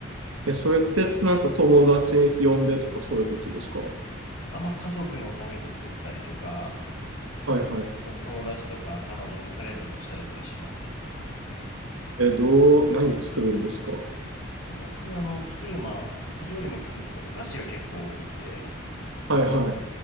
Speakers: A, on the right; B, on the left.
A: え、それってなんか友達呼んでとかそういうことですかは
B: あんま家族のために作ったりとか、
A: いはい。
B: その友達とか彼女にプレゼントしたりとかしますね。
A: え、どう、何作るんですか
B: 僕、あの、作る、まあ、料理もするんですけど、お菓子が結構多くって、
A: はいはい。